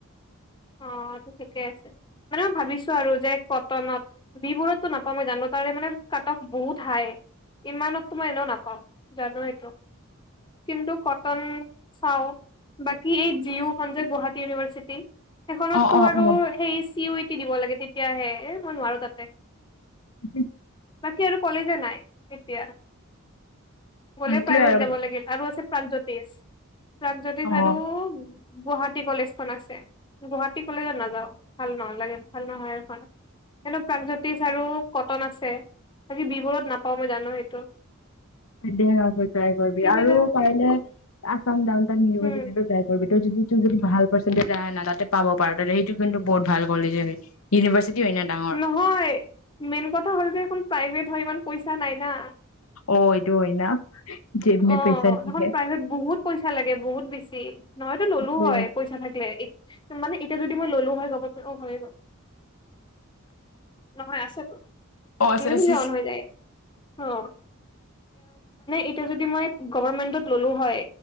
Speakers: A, on the left (about 20°); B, on the left (about 70°).
A: অ এইটো ঠিকে আছে মানে মই ভাবিছো আৰু যে কটনত মানে ম ই ভাবিছো বিবোৰতটো নাপাওঁ মই জানো তাৰে মানে কাট অফ বহুত হাই ইমানতো মই এনেও নাপাওঁ জানো সেইটো কিন্তু কটন চাওঁ বাকী এই জিঅওখন যে গুৱাহাটী ইউনিভাৰ্চিটি সেইখনত
B: অ
A: তো
B: অ
A: আৰু
B: অ
A: সেই চি উ কি দিব লাগে তেতিয়াহে এ মই নোৱাৰো তাতে
B: <unintelligible>
A: বাকী আৰু কলেজে নাই তেতিয়া গলে
B: সেইটোয়ে
A: প্ৰাইভত যাব লাগে আৰু আছে প্ৰাগজ্যোতিষ প্ৰাগজ্যোতিষ
B: অ',
A: আৰু গুৱাহাটী কলেজখন খন আছে গুৱাহাটী কলেজত নাযাওঁ, ভাল নালাগে, ভাল নহয এইখন ভাল নহয়ে ভাল এন প্ৰণজ্যোতি আৰু কটন আছে বাকী বি বৰুৱাত নাপাও মই জানো সেইটো।
B: দে আৰু তই ট্ৰাই কৰিবি,
A: কিন্তু
B: আৰু
A: এতিয়া
B: পাৰিলে আছাম ডাউন টাউনটেন ইউনিভাৰ্চিটিটো
A: উম
B: ট্ৰাই কৰিবি, ত যদি তোৰ যদি ভাল পাৰন্টী আহে না তাতে পাব পাৰ সেইটো কিন্তু বহুত ভাল কলেজ হয় ইউনিভাৰ্চিটি হয় না ডাঙৰ
A: নহয় মেইনকত এইখন হ'ল যে খন প্ৰাইভেট হয় ইমান পইচা নাই না
B: অ এইটো হৈ না জেব
A: অ
B: মে পইচা নেহি
A: সেইখন
B: হে
A: প্ৰাইভেট বহুত পইচা লাগে অ বহুত বেছি নহয়তো ল'লো
B: সেইটোৱে।
A: হয় পইচা থাকিলে ই মানে এতিয়া যদি মই ললো হয় কব পাৰি অঁ হয় গল নহয় আছেতো
B: অ',
A: নিজে
B: চে
A: নিজে
B: চে
A: অন হৈ যায় অ এ <unintelligible> এতিয়া যদি মই গভমেন্টত ল'লো হয়